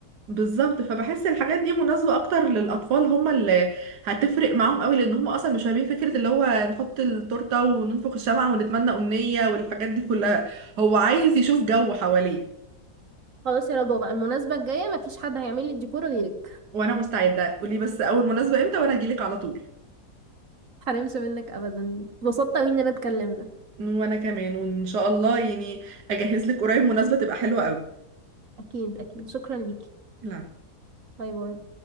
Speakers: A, on the right; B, on the right.
A: بالظبط فبحس الحاجات دي مناسبة اكتر للاطفال هم اللي هتفرق معاهم قوي لان هم اصلا مش فاهمين فكرة اللي هو نحط التورتة وننفخ الشمعة ونتمنى امنية والحاجات دي كلها هو عايز يشوف جو حواليه
B: خلاص يا رضوى بقى المناسبه الجايه مفيش حد هيعمل لي الديكور غيرك
A: وانا مستعدة قولي بس اول مناسبة امتى وانا اجيلك على طول
B: متحرمش منك ابدا اتبسطت قوي اننا اتكلمنا
A: وانا كمان وان شاء الله يعني اجهز لك قريب مناسبة تبقى حلوة قوي
B: اكيد اكيد شكرا ليكي
A: العب
B: باي باي